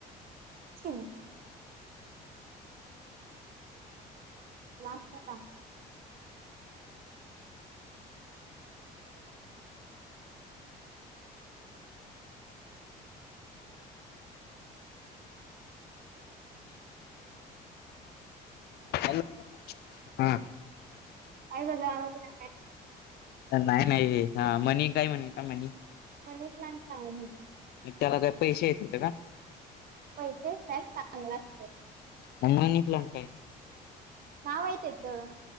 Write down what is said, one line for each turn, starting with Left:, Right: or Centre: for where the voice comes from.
Right: मग. लांब जा लांब.
Left: हॅलो. हा.
Right: काय झालं आवाज ईना काय?
Left: नाही नाही हा मनी काय म्हणे का मनी.
Right: मनी प्लांट लावा म्हणजे
Left: त्याला काय पैसे येत येतात का.
Right: पैसे नाही चांगला असते.
Left: मग मनी प्लांट काय.
Right: नाव आहे त्याचं.